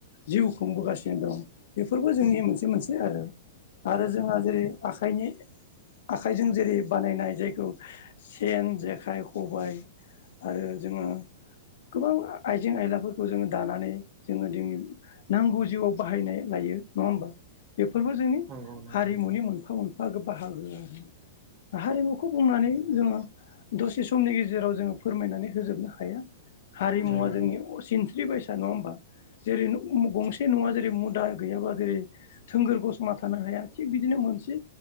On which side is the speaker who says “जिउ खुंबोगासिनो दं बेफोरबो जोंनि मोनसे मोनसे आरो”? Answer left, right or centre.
Left